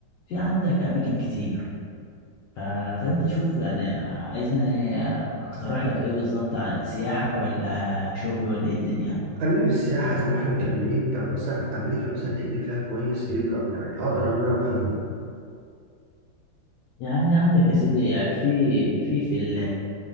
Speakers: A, on the left; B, on the right.
A: في عندك اماكن كتير ف... فانت شوف يعني عايزني اقترح لك ايه بالظبط عن سياحه ولا شغل ولا ايه الدنيا
B: خلينا في السياحة زي ما احنا مكملين طب مثلا أمريكا مثلا إيه اللي فيها كويس يقدر يعني أقدر إن أنا أروح ال-
A: يعني عندك يا سيدي يعني في في في ال